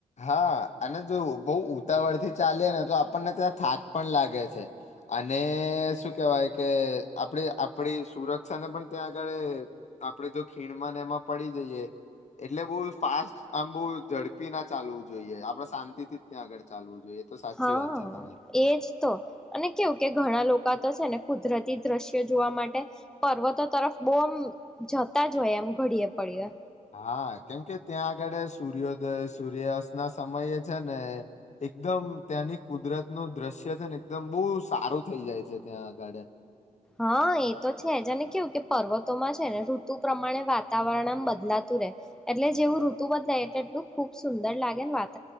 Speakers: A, on the left; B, in the centre.
A: હા અને જો બહુ ઉતાવળ થી ચાલે ને તો આપણને ત્યાં થાક પણ લાગે છે. અને શું કેવાય કે આપણે આપડી સુરક્ષા ને પણ ત્યાં આગળે આપડે જો ખીણમાં ને એમાં પડી જઈએ એટલે બહુ ફાસ્ટ આમ બહુ ઝડપી નાં ચાલવું જોઈએ આપડે શાંતિ થી જ ત્યાં આગળ ચાલવું જોઈએ. તો સાચી
B: હા
A: વાત છે તમારી
B: એજ તો અને કેવું કે ઘણા લોકો તો છે ને કુદરતી દ્રશ્યો જોવા માટે પર્વતો તરફ બહુ આમ જતા જ હોય એમ ઘડીએ પડીએ.
A: હા કેમકે ત્યાં આગળ સૂર્યોદય સૂર્યાસ્ત ના સમય છે ને એકદમ મ ત્યાંની કુદરત ન દ્રશ્ય છે. ને એકદમ બહુ સારું થઈ જાય છે. ત્યાં આગળ.
B: હા એ તો છે જ. અને કેવું કે પર્વતોમાં છે. ને ઋતુ પ્રમાણે વાતાવરણ આમ બદલાતું એટલે જેવું ઋતુ બદલા એટલું ખુબ સુંદર લાગે ને વાત